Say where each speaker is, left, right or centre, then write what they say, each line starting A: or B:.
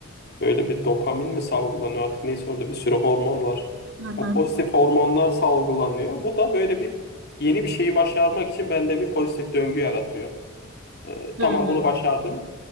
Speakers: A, on the left; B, on the right.
A: Böyle bir dopamin mi salgılanıyor artık neyse orada bir sürü hormon var.
B: Hı
A: O
B: hı.
A: pozitif hormonlar salgılanıyor. Bu da böyle bir yeni bir şeyi başarmak için bende bir pozitif döngü yaratıyor. Ee, tamam
B: Hı.
A: bunu başardım.